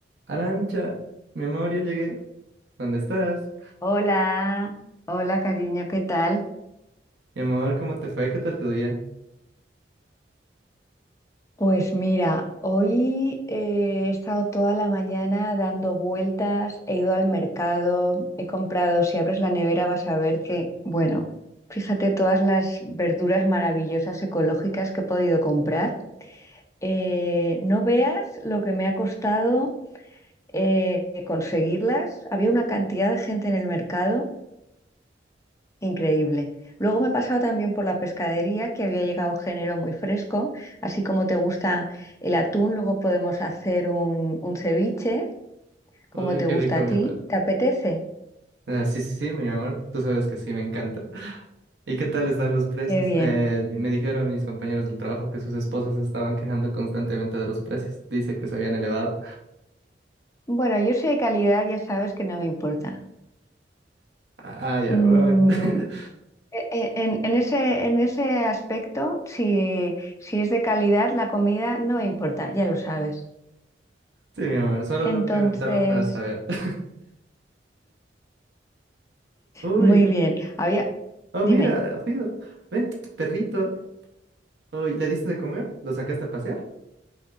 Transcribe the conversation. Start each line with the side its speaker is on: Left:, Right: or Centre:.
Right: Arancha, mi amor, ya llegué. ¿Dónde estás?
Left: Hola, hola cariño, ¿qué tal?
Right: Mi amor, ¿cómo te fue? ¿Qué tal tu día?
Left: Pues mira, hoy eh, he estado toda la mañana dando vueltas, he ido al mercado, he comprado, si abres la nevera vas a ver que, bueno, fíjate todas las verduras maravillosas ecológicas que he podido comprar. Eh, no veas lo que me ha costado eh, conseguirlas. Había una cantidad de gente en el mercado. Increíble. Luego me he pasado también por la pescadería, que había llegado género muy fresco. Así como te gusta el atún, luego podemos hacer un, un ceviche, como
Right: Uy,
Left: te
Right: qué
Left: gusta
Right: rico,
Left: a
Right: mi
Left: ti.
Right: amor.
Left: ¿Te apetece?
Right: Ah, sí, sí, sí, mi amor. Tú sabes que sí, me encanta. <laughs> ¿Y qué tal están los precios?
Left: Qué bien.
Right: Eh, di- me dijeron mis compañeros del trabajo que sus esposas se estaban quejando constantemente de los precios. Dice que se habían elevado.
Left: Bueno, yo soy de calidad, ya sabes que no me importa.
Right: Ah, ah, ya,
Left: Mm,
Right: bueno. <laughs>
Left: e- e- en, en ese, en ese aspecto, si, si es de calidad, la comida no me importa, ya lo sabes.
Right: Sí, mi amor, solo
Left: Entonces,
Right: lo preguntaba para saber. <laughs> Uy,
Left: muy bien. Había,
Right: oh,
Left: dime.
Right: mira, Fido, ven, perrito. Uy, ¿le diste de comer? ¿Lo sacaste a pasear?